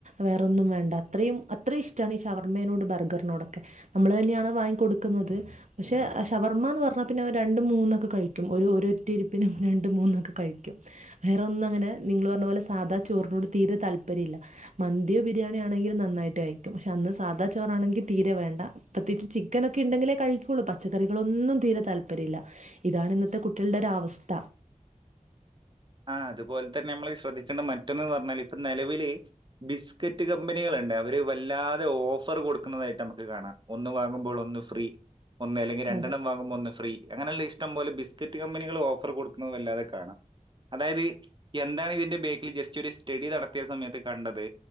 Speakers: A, on the right (about 65°); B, on the right (about 35°).
A: വേറെൊന്നും വേണ്ട അത്രയും അത്രയും ഇഷ്ടമാണ് ഈ ഷവർമ്മനോട് ബർഗറിനോടൊക്കെ നമ്മൾ തന്നെയാണ് വാങ്ങി കൊടുക്കുന്നത് പക്ഷെ ഷവർമ്മ എന്ന് പറഞ്ഞാൽ പിന്നെ അവ രണ്ടും മൂന്നൊക്കെ കഴിക്കും ഒരു ഒറ്റ ഇരിപ്പിനും രണ്ടും മൂന്നൊക്കെ കഴിക്കും വേറെ ഒന്നും അങ്ങനെ നിങ്ങൾ പറഞ്ഞ പോലെ സാധാ ചോറിനോട് തീരെ താല്പര്യമില്ല മന്തിയോ ബിരിയാണിയോ ആണെങ്കിലും നന്നായിട്ട് കഴിക്കും പക്ഷെ അന്ന് സാധാ ചോറാണെങ്കിൽ തീരെ വേണ്ട പ്രത്യേകിച്ച് ചിക്കൻ ഒക്കെ ഉണ്ടെങ്കിലേ കഴിക്കുള്ളൂ പച്ചക്കറികളൊന്നും തീരെ താല്പര്യം ഇല്ല ഇതാണ് ഇന്നത്തെ കുട്ടികളുടെ ഒരവസ്ഥ
B: ആ അതുപോലെ തന്നെ നമ്മള് ശ്രദ്ധിക്കേണ്ട മറ്റൊന്ന് ന് പറഞ്ഞാൽ ഇപ്പ നിലവില് ബിസ്ക്കറ്റ് കമ്പനികളുണ്ട് അവര് വല്ലാതെ ഓഫർ കൊടുക്കുന്നതായിട്ട് നമുക്ക് കാണാം ഒന്ന് വാങ്ങുമ്പോൾ ഒന്ന് ഫ്രീ ഒന്ന് അല്ലെങ്കിൽ
A: അതെ
B: രണ്ടെണ്ണം വാങ്ങുമ്പോ ഒന്ന് ഫ്രീ അങ്ങനെയുള്ള ഇഷ്ടം പോലെ ബിസ്ക്കറ്റ് കമ്പനികൾ ഓഫർ കൊടുക്കുന്നത വല്ലാതെ കാണാം അതായത് എന്താണ് ഇതിന്റെ ബേക്കിൽ ജസ്റ്റ് ഒരു സ്റ്റഡി നടത്തിയ സമയത്ത് കണ്ടത്